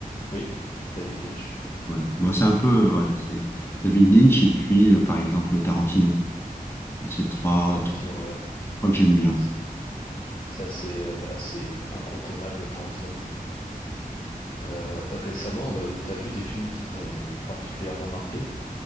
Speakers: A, on the left; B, on the left.
A: Oui, David Lynch,
B: Voilà. Bon, c'est un peu, euh, voilà, c'est David Lynch et puis, euh, par exemple, Tarantino. C'est trois,
A: Tarantino, ouais.
B: crois que j'aime bien.
A: C'est c'est assez, euh, assez incontournable, Tarantino. Euh, récemment, euh, t'as vu des films qui t'ont particulièrement marqué?